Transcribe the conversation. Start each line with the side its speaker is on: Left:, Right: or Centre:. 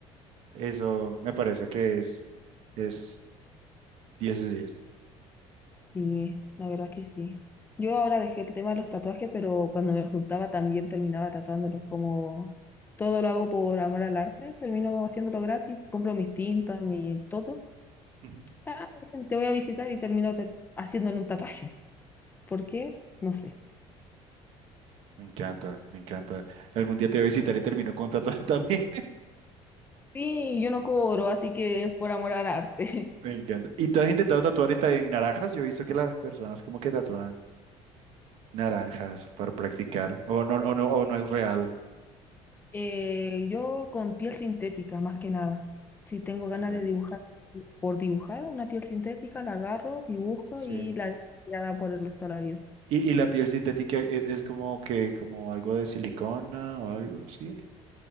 Right: eso me parece que es, es diez de diez
Left: Sí, la verdad que sí. Yo ahora dejé el tema de los tatuajes, pero cuando me juntaba también terminaba tatuándolos. Como todo lo hago por amor al arte, termino haciéndolo gratis. Compro mis tintas, mi todo.
Right: Ujú.
Left: Ah, dicen, te voy a visitar y termino te- haciéndole un tatuaje. ¿Por qué? No sé.
Right: Me encanta, me encanta. Algún día te voy a visitar y termino con un tatuaje <laughs> también.
Left: Sí, yo no cobro, así que es por amor al arte.
Right: Me
Left: <laughs>
Right: encanta. ¿Y tú has intentado tatuar en, ta- en naranjas? Yo he visto que las personas como que tatúan naranjas para practicar. O no, o no, o no es real.
Left: Eh, yo con piel sintética, más que nada. Si tengo
Right: Ok,
Left: ganas de dibujar, sí, por dibujar una piel sintética, la agarro, dibujo
Right: Sí.
Left: y la dejo tirada por el resto de la vida.
Right: Y, y la piel sintética e- es, como que, como algo de silicona o algo así.